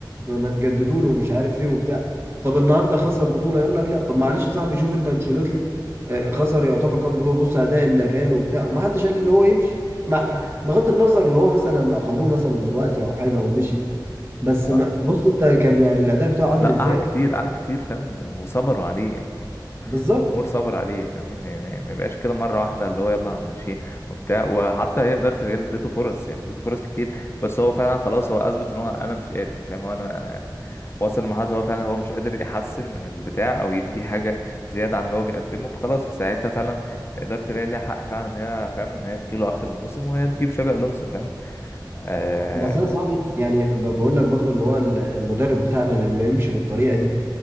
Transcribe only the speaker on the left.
اه
لا
قعد كتير قعد كتير فاهم وصبروا عليه يعني
الجمهور صبر عليه فاهمني ما ما- ما بقاش كده مره واحده اللي هو يلا هنمشيه وبتاع وحتى هي اداره الريال اديته فرص يعني اديته فرص كتير بس هو فعلا خلاص هو اثبت ان هو انا مش قادر فاهم هو انا انا وصل لمرحله اللي هو فعلا هو مش قادر يحسن من البتاع او يدي حاجه زياده عن اللي هو بيقدمه فخلاص في ساعتها فعلا اداره الريال ليها حق فعلا ان هي فاهم ان هي تجيله اخر الموسم وهي تجيب شابي الونسو فاهم آه